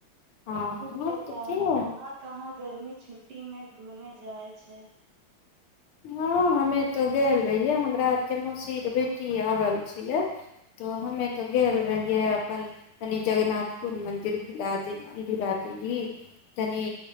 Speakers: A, on the left; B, on the right.
A: हँ
B: इ बताउ
A: तऽ के
B: कहाँ कहाँ गर्मी छुट्टी में घूमे जाइत छै।
A: हाँ हमे तो गेल रहियै हमरा आरके मौसीर बेटी आबल छिलै। तो हमे तो गेल रहियै अप अपन तनि जगन्नाथपुर मन्दिर धुला देली, घुरा देली, तनी